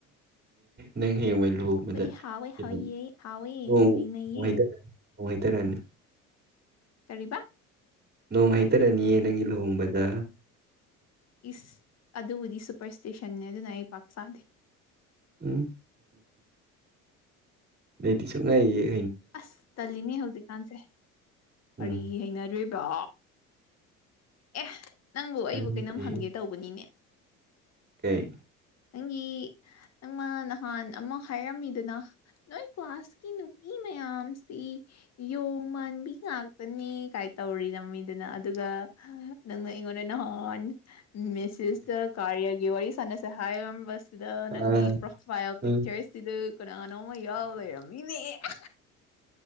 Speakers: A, on the right; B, on the left.
A: ꯅꯪ ꯍ ꯋꯥ ꯂꯨꯍꯕꯗ
B: ꯑꯩꯈꯣꯏꯗꯤ ꯍꯥꯎꯋꯦ
A: ꯈꯤꯇꯪꯅꯨꯡꯉꯥꯏꯊꯔꯅꯤ
B: ꯍꯥꯎꯌꯦ ꯍꯥꯎꯋꯦ ꯍꯩꯅꯩꯌꯦ
A: ꯅꯨꯡꯉꯥꯏꯊꯔꯅꯤ
B: ꯀꯔꯤꯕ
A: ꯅꯣꯡ ꯍꯩꯇꯔꯅꯤꯌꯦ ꯅꯪꯒꯤ ꯂꯨꯍꯣꯡꯕꯗ
B: ꯏꯁ ꯑꯗꯨꯕꯨꯗꯤ ꯁꯨꯄꯔꯁꯇꯦꯁꯟꯅꯦ ꯑꯗꯨꯅ ꯑꯩ ꯄꯥꯛ ꯆꯥꯗꯦ
A: ꯎꯝ ꯂꯩꯗꯤ ꯁꯉꯥꯏꯌꯦ
B: ꯑꯁ ꯇꯜꯂꯤꯅꯦ ꯍꯧꯖꯤꯛꯀꯥꯟꯁꯦ ꯀꯔꯤ
A: ꯎꯝ
B: ꯍꯩꯅꯗꯣꯏꯔꯤꯕ ꯑꯦ ꯅꯪꯕꯨ
A: ꯈꯪꯗꯦ
B: ꯑꯩꯕꯨ ꯀꯩꯅꯝ ꯍꯪꯒꯦ ꯇꯧꯕꯅꯤꯅꯦ
A: ꯀꯩ
B: ꯑꯩꯪꯤ ꯅꯪꯃ ꯅꯍꯥꯟ ꯑꯃ ꯍꯥꯏꯔꯝꯃꯤꯗꯅ ꯅꯣꯏ ꯀ꯭ꯂꯥꯁꯀꯤ ꯅꯨꯄꯤ ꯃꯌꯥꯝꯁꯤ ꯌꯣꯡ ꯃꯥꯟꯕꯤ ꯉꯥꯛꯇꯅꯦ ꯀꯥꯏ ꯇꯧꯔꯤꯗꯃꯤꯗꯅ ꯑꯗꯨꯒ ꯅꯪꯅ ꯅꯍꯥꯟ ꯃꯦꯁꯁꯇ ꯀꯌꯥꯒꯤ ꯋꯥꯔꯤ ꯁ ꯁ ꯁꯤꯗ ꯅꯪꯒꯤ
A: ꯑꯥ
B: ꯄ꯭ꯔꯣꯐꯥꯏꯜ ꯄꯤꯛꯆꯔꯁꯤꯗ
A: ꯎꯝ
B: ꯀꯅꯥꯅꯣ ꯑꯃ ꯌꯥꯎ ꯂꯩꯔꯝꯃꯤꯅꯦ ꯑ